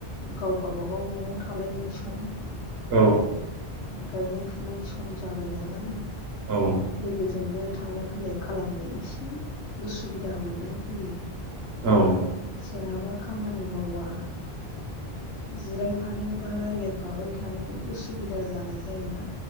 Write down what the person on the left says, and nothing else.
गाव गावबागाव न'आव थालायनाय सम।
गायनाय फुनाय सम जाबाय नालाय।
लोगोजोंबो थांलाय फैलाय खालामनो एसे उसुबिदा मोननाय फैयो।
सोरहाबा खामानि मावबा जिरायफानो बा राय्लायफाबाय थानो उसुबिदा जानाय जायोना?